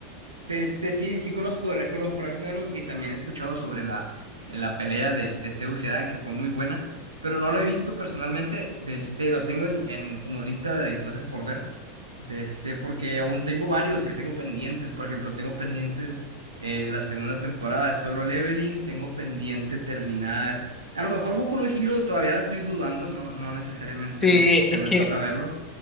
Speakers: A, on the right; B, on the left.
A: De este, sí, sí conozco de Record of Ragnarok y también he escuchado sobre la, la pelea de, de Zeus y Adán, que fue muy buena, pero no lo he visto personalmente. De este, lo tengo en, en como lista de cosas por ver, de este, porque aún tengo varios que tengo pendientes. Por ejemplo, tengo pendiente eh, la segunda temporada de Solo Leveling, tengo pendiente terminar. A lo mejor Boku no Hero todavía la estoy dudando, no, no necesariamente
B: Sí,
A: lo, se
B: es
A: me
B: que
A: antoja verlo.